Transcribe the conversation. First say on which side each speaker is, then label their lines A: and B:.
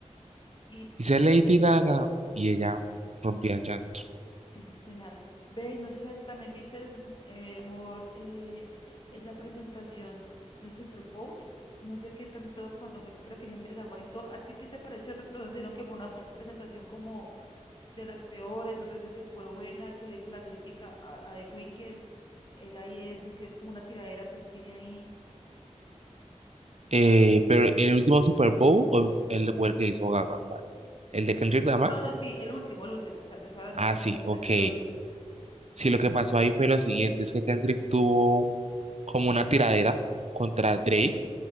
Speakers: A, on the left; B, on the right.
A: y
B: Dice Lady Gaga y ella rompía en llanto.
A: es este nada. Ve, y no sé si también viste, mm, eh, Mor, eh, esa presentación del Super Bowl. No sé qué tanto, cuando fue, creo que Henry Lamour y todo. ¿A ti qué te pareció? Otras personas dijeron que fue una pues, presentación como de las peores, otros dijeron que fue buena, que le hizo la crítica a, a The Weeknd. Él ahí es lo que es como una tiradera que él tiene ahí.
B: Eh, pero el último Super Bowl o el, o el que hizo Gaga, ¿cuál? ¿El de Kendrick Lamar?
A: No, no, sí, el último, el último. O sea, te hablas de,
B: Ah,
A: como
B: sí,
A: de los-
B: ok.
A: de, de los...
B: Sí, lo que pasó ahí fue lo siguiente, es que Kendrick tuvo como una tiradera contra Drake